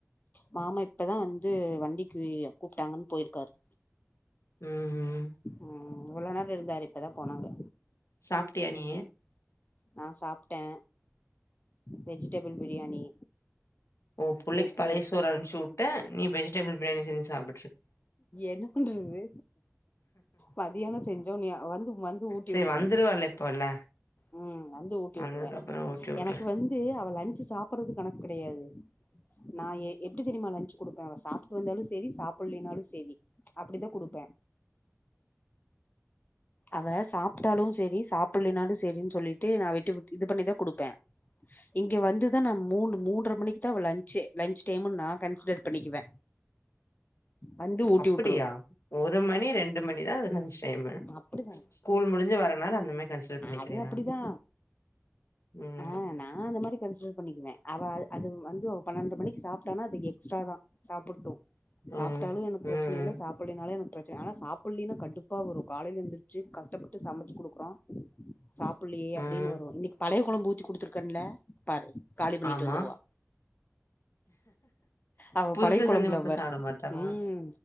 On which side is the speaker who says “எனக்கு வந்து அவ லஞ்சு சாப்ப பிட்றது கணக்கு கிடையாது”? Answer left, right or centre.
Left